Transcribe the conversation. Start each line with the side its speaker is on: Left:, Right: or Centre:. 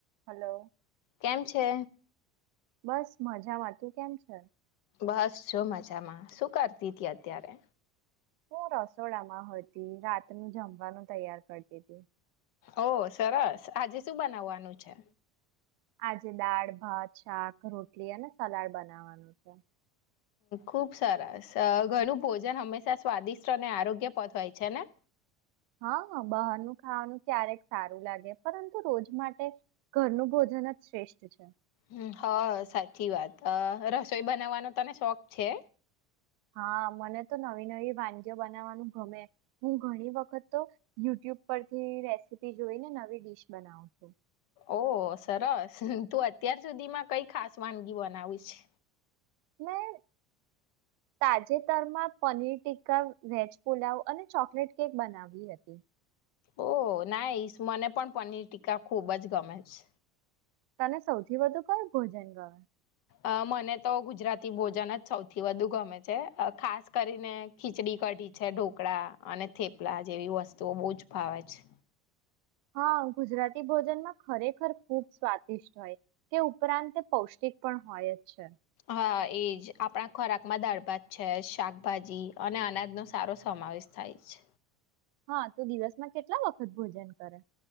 Right: Hello
Left: કેમ છે?
Right: બસ મજામાં તું કેમ છે?
Left: બસ જો મજામાં શું કરતી તી અત્યારે?
Right: હું રસોડામાં હતી રાતનું જમવાનું તૈયાર કરતી તી.
Left: ઓ સરસ આજે શું બનાવવાનું છે?
Right: આજે દાળ, ભાત, શાક, રોટલી અને સલાડ બનાવાનું છે.
Left: ખુબ સરસ ઘરનું ભોજન હંમેશા સ્વાદિષ્ટ અને આરોગ્યપદ હોય છે ને?
Right: હા હ બહારનું ખાવાનું ક્યારેક સારું લાગે પરંતુ રોજ માટે ઘરનું ભોજન જ શ્રેષ્ઠ છે.
Left: હ હ સાચી વાત અ રસોઈ બનાવવાનો તને શોખ છે?
Right: હા! મને તો નવી નવી વાનગીઓ બનાવવાનું ગમે. હું ઘણી વખત તો યુટ્યુબ પરથી રેસીપી જોઈ ને નવી ડીશ બનાવ છું
Left: ઓ સરસ! તું અત્યાર સુધીમાં કઈ ખાસ વાનગી બનાવી છે?
Right: મેં તાજેતરમાં પનીર ટીકા, વેજ પુલાવ અને ચોકલેટ કેક બનાવી હતી.
Left: ઓ નાઈશ મને પણ પનીર ટીકા ખુબ જ ગમે છે.
Right: તને સૌથી વધુ કયું ભોજન ગમે?
Left: અ મને તો ગુજરાતી ભોજન જ સૌથી વધુ ગમે છે ખાસ કરીને ખીચડી કઢી છે ઢોકળા અને થેપલા જેવી વસ્તુઓ બહુ જ ભાવે છે
Right: હા ગુજરાતી ભોજનમાં ખરેખર ખુબ સ્વાદિષ્ટ હોય તે ઉપરાંત તે પૌષ્ટિક પણ હોય જ છે
Left: હા એજ આપણા ખોરાકમાં દાળ ભાત છે શાકભાજી અને અનાજનોો સારો સમાવેશ થાય છે
Right: હા તો દિવસમાં કેટલા વખત ભોજન કરે